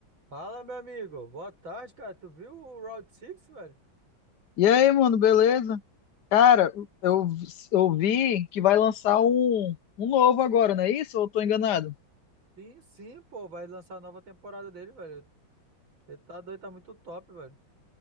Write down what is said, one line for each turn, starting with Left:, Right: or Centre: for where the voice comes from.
Right: Fala, meu amigo. Boa tarde, cara. Tu viu o Round Six, velho?
Left: E aí, mano, beleza? Cara, eu, eu vi que vai lançar um, um novo agora, não é isso? Ou eu tô enganado?
Right: Sim, sim, pô. Vai lançar a nova temporada dele, velho. Ele tá doido, tá muito top, velho.